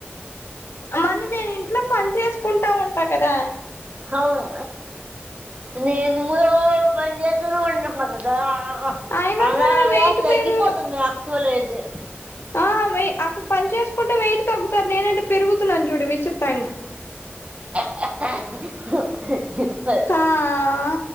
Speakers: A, on the left; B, on the right.
A: మళ్ళీ నేను ఇంట్లో పని చేసుకుంటా ఉంటా కదా
B: అవును నేన్ న్ కూడ పంజెతనే ఉంటావుకదా అలాగా
A: అయినా
B: ఆలా
A: సరే
B: ఆలా
A: వెయిట్
B: తగ్గిపోతది
A: పెరు
B: యాక్టుల్లి అయితే
A: ఆ వే పని చేసుకుంటే వెయిట్ తగ్గుతారు నేనంటే పెరుగుతునన్ను చూడు విచిత్రంగా
B: ఆ ఆ పాల్
A: ఆ